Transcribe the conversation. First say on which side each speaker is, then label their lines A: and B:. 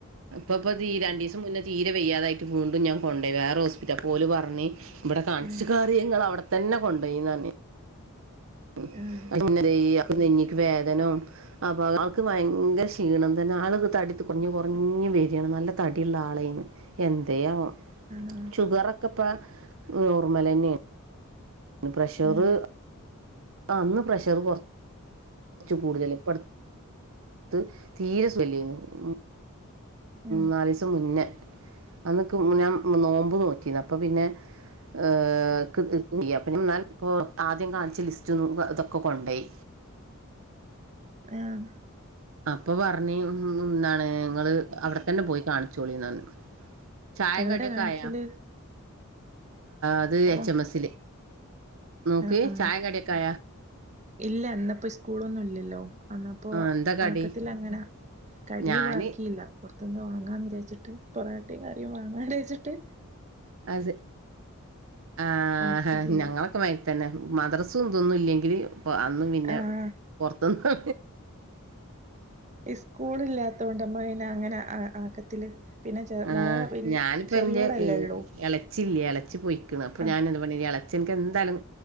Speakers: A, on the right (about 65°); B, on the right (about 35°).
A: ഇപ്പ ഇപ്പ തീ രണ്ടു ദിവസം മുന്നേ തീരെ വെയ്യാതായിട്ട് വീണ്ടും ഞാൻ കൊണ്ടേ വേറെ ഹോസ്പിറ്റൽ പോലും പറഞ്ഞഞ് ഇവിടെ കാണിച്ചി
B: ഉം
A: <unintelligible> അവിടെത്തന്നെ കൊണ്ടുപോയിന്ന് പറഞ്ഞ <unintelligible>
B: ആഹ്
A: നെഞ്ഞക്ക് വേദന അപ്പൊ ആക്ക് ഭയങ്കര ക്ഷീണം തന്നെ ആള് തടി കുറഞ്ഞ് വര്യാണ് നല്ല തടിള്ള ആളെനു എന്തേ ആവോ
B: ആണോ
A: ഷുഗറോക്കെ പ്പ നോർമൽ ന്നെയാണ് ന്ന് പ്രഷറ്
B: ആഹ്
A: അ അന്ന് പ്രഷർ കൊറ കുറച്ച് കൂടുതൽ പടുത്ത് തീരെസ്വല്യുന്നു <unintelligible>
B: ആഹ്
A: നാലസം മുന്നേ അന്നൊക്കെ ഞാൻ നോമ്പ് നോറ്റിന്ന് അപ്പ പിന്നെ <unintelligible> പിന്നെ <unintelligible> ആദ്യം കാണിച്ച ലിസ്റ്റ ഇതൊക്കെ കൊണ്ടോയി
B: ആഹ
A: അപ്പൊ പറഞ്ഞ് ഉ ന്നാണ് നിങ്ങള് അവിടെത്തന്നെ പോയി കാണിച്ചോളിന്ന് ചായ
B: എവിടെ
A: കടിയൊക്കയ
B: കാണിക്കല്
A: അത്
B: ഓ
A: എച്ച് എം എസ്ൽ നോക്കി
B: ആഹ് ആഹ്
A: ചായ കടീംആയോ
B: ഇല്ല എന്നപ്പോ സ്കൂളൊന്നും ഇല്ലല്ലോ അന്നപ്പോ
A: ആ, എന്താ കടി
B: ആക്ക ത് ല്ലങ്ങനെങ്ങനെ കടിയ
A: ഞാൻ
B: അക്കിയില്ല പുറത്തുന്ന് വാങ്ങാന്ന് വിജാരച്ചിട്ട് പൊറട്ടയും കാറും വങ്ങാ വിചരേച്ചിട്ട്
A: അതെ ആ
B: ആക്കിട്ടില്ല
A: ഞങ്ങളൊക്കെ മര് തന്നെ പിന്നെ മദ്രസും തൊന്നും ഇല്ലെ ല്അന്നും പിന്നെ
B: ആഹ്
A: പൊറത്ത്ന്ന്
B: ഇസ്കൂള് ഇല്ലാത്തൊണ്ട്മ്മയ്ന് അങ്ങനെ ആക്കത്തില് പിന്നെ ചെ
A: ആ
B: മോളെ വല്യ
A: ഞാനിപ്പന്റെ
B: ചെറിയോളല്ലേ
A: എ
B: ഉള്ളൂ
A: എളച്ചില്ല എളച്ചി പോയിക്ക്ണ് അപ്പൊ
B: ആഹ്
A: ഞാനെന്ത് പണിയ്യും എളച്ചൻ എന്തായാലും